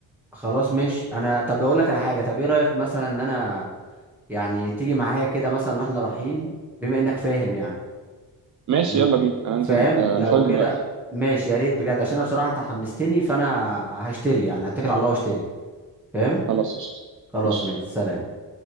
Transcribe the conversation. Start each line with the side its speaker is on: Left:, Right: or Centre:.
Centre: خلاص مش انا طب اقول لك على حاجه طب ايه رايك مثلا ان انا يعني تيجي معايا كده مثلا واحنا رايحين بما انك فاهم يعني
Right: ماشي
Centre: م-
Right: يلا بينا أنا أنزل
Centre: فاهم
Right: آه،
Centre: لو
Right: أنا فاضي
Centre: كده
Right: دلوقتي
Centre: ماشي يا ريت بجد عشان انا بصراحه انت حمستني فانا هشتري يعني هتكل على الله واشتري فاهم
Right: خلاص قشطة
Centre: خلاص
Right: ماشي
Centre: ماشي سلام